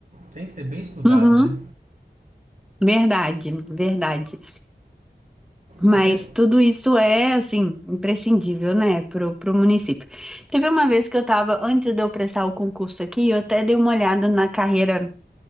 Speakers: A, on the right; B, in the centre.
A: tem que ser bem estudado,
B: uhum,
A: né?
B: verdade, verdade. Mas
A: Então é
B: tudo isso é, assim, imprescindível, né, pro, pro município. Teve uma vez que eu estava, antes de eu prestar o concurso aqui, eu até dei uma olhada na carreira